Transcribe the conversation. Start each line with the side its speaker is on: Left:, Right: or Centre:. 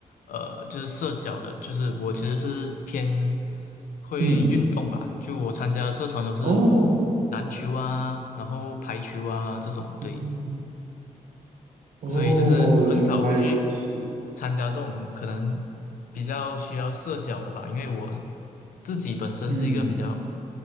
Left: 呃，就是社交的，就是我其实是偏会运动吧，
Right: 嗯，
Left: 就我参加的社团都是
Right: 哦，
Left: 篮球啊，然后排球啊这种，对，
Right: 嗯，哦，
Left: 所以就是很少会去
Right: 原来如此。
Left: 参加这种可能比较需要社交的吧，因为我自己本身是一个比较
Right: 嗯